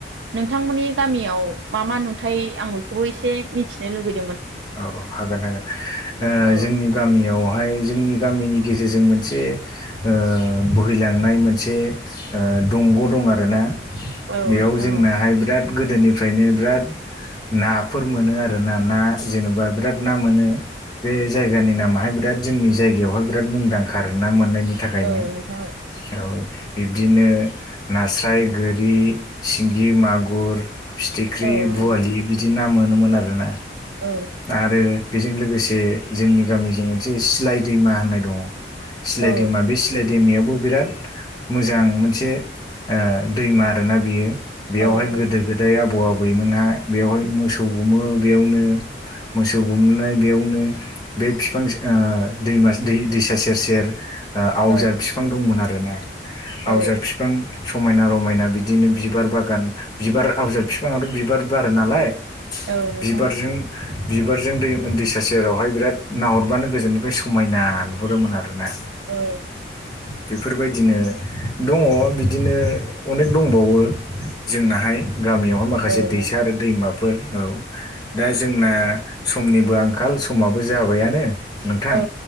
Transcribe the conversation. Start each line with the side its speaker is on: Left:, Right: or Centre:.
Right: नोंथांमोननि गामियाव मा मा नुथाय आं बयखौबो एसे मिथिनो लुगै
Left: औ औ हागोन हागोन ओ
Right: औ
Left: जोंनि गामियावहाय जोंनि गामिनि गे जेरजों मोनसे ओ बोहैलांनाय मोनसे ओ दंग' दं आरो ना
Right: औ
Left: बेयाव
Right: नोंथां
Left: जोंनाहाय
Right: औ
Left: बिराद गोदोनिफ्रायनो बिराद नाफोर मोनो आरो ना ना जेनबा बिराद ना मोनो बे जायगानि नामाहाय बिराद जोंनि जायगायावहाय बिराद मुंदांखा ना मोननाय नि थाखायनो
Right: औ नोंथां
Left: औ बिब्दिनो नास्राय गोरि सिंगि मागुर फिथिख्रि
Right: औ औ
Left: बुवालि
Right: नोंथां
Left: बिदि ना मोनोमोन आरो ना
Right: औ
Left: आरो बेजों लोगोसे जोंनि गामिजों मोनसे सिलाय दैमा होननाय दङ सिलाय
Right: औ
Left: दैमा बे सिलाय दैमायावबो बिराद मोजां मोनसे ओ दैमा आरोना बियो बेवहाय
Right: औ नोंथां
Left: गोदो गोदाय आबौ आबैमोनहा बेवहाय मोसौ गुमो बेयावनो मोसौ गुमनाय बेयावनो बे बिफां स ओ दैमा दै दैसा सेर सेर आवजार
Right: औ
Left: बिफां दंमोन आरोना
Right: औ
Left: आवजार बिफां समायना रमायना बिदिनो बिबार बागान बिबार आवजार बिफाङाथ' बिबार बारो नालाय
Right: औ नोंथां
Left: बिबारजों
Right: दे
Left: बिबारजों दै दैसा सेरावहाय बिराद नाहरबानो गोजोननिफ्राय समायना नुहुरोमोन आरोना
Right: औ
Left: बेफोरबायदिनो दङ बिदिनो अनेक दंबावो जोंनाहाय गामियावहाय माखासे
Right: औ नोंथां
Left: दैसा आरो दैमाफोर औ दा जोंना समनिबो आंखाल समाबो जाबायानो नोंथां
Right: औ